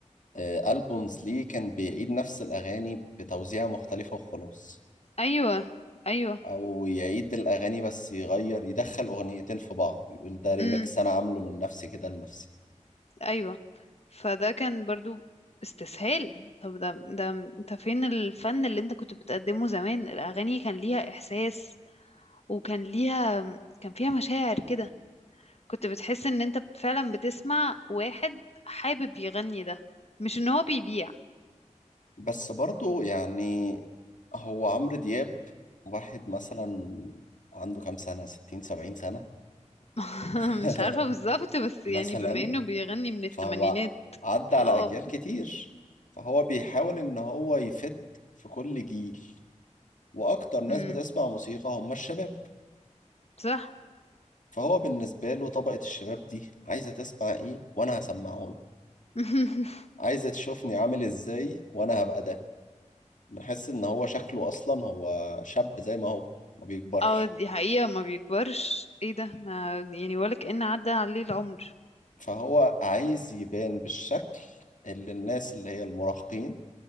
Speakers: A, on the left; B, on the left.
A: آه، ألبومز ليه كان بيعيد نفس الأغاني بتوزيعة مختلفة وخلاص
B: أيوة أيوة
A: أو يعيد الأغاني بس يغير يدخل أغنيتين في بعض يقول ده ريميكس
B: امم
A: أنا عامله من نفسي كده لنفسي
B: أيوة فده كان برضو استسهال طب ده ده انت فين الفن اللي انت كنت بتقدمه زمان الأغاني كان ليها إحساس وكان ليها كان فيها مشاعر كده كنت بتحس ان انت فعلا بتسمع واحد حابب يغني ده مش ان هو بيبيع
A: بس برضه يعني هو عمرو دياب واحد مثلا عنده كام سنة ستين سبعين سنة
B: <laughs>
A: <laughs>
B: مش عارفة بالظبط بس يعني
A: مثلا
B: بما انه بيغني من الثمانينات
A: فهو عدى
B: فاه
A: على أجيال كتير فهو بيحاول إن هو يفت في كل جيل وأكتر ناس
B: امم
A: بتسمع موسيقى هم الشباب
B: صح
A: فهو بالنسبة له طبقة الشباب دي عايزة تسمع ايه وانا هسمعه له
B: <laughs>
A: عايزة تشوفني عامل ازاي وانا هبقى ده بنحس ان هو شكله اصلا هو شاب زي ما هو ما بيكبرش
B: اه دي حقيقة ما بيكبرش ايه ده ما يعني ولا كأن عدى عليه العمر
A: فهو عايز يبان بالشكل اللي الناس اللي هي المراهقين